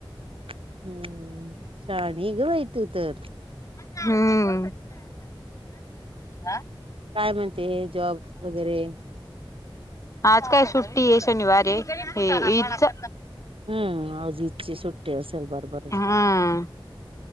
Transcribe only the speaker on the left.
हम्म. आ?
आज काय सुट्टीय शनिवारे हे ईदचं.
हम्म